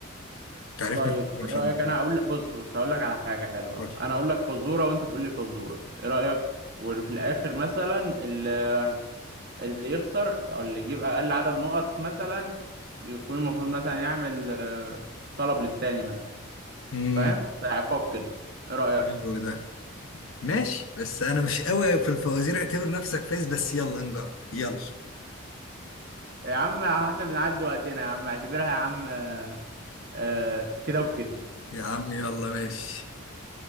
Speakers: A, on the left; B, on the right.
A: تعرفني
B: طيب
A: في الكورة
B: ايه
A: مش
B: رايك
A: قد
B: انا
A: كده
B: اقول لك بص بص هقول لك على حاجه حلوه
A: قول.
B: انا اقول لك فزوره وانت تقول لي فزوره ايه رايك وفي الاخر مثلا اللي, اللي يخسر او اللي يجيب اقل عدد نقط مثلا يكون المفروض مثلا يعمل آه، طلب للتاني مثلا
A: امم
B: فاهم ده عقاب كده ايه رأيك
A: حلو ده ماشي بس أنا مش قوي في الفوازير اعتبر نفسك فايز بس يلا نجرب يلا
B: يا عم احنا بنعدي وقتنا يا عم اعتبرها يا عم آه، آه، كده وكده
A: يا عم يلا ماشي